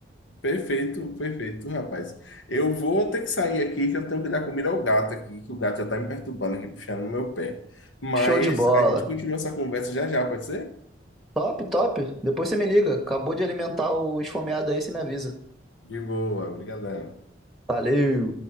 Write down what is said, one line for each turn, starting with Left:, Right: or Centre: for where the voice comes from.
Left: Perfeito, perfeito, rapaz. Eu vou ter que sair aqui, que eu tenho que dar comida ao gato aqui, que o gato já tá me perturbando aqui, puxando no meu pé. Mas
Centre: Show de bola.
Left: a gente continua essa conversa já já, pode ser?
Centre: Top, top. Depois você me liga. Acabou de alimentar o esfomeado aí, você me avisa.
Left: De boa, brigadão.
Centre: Valeu.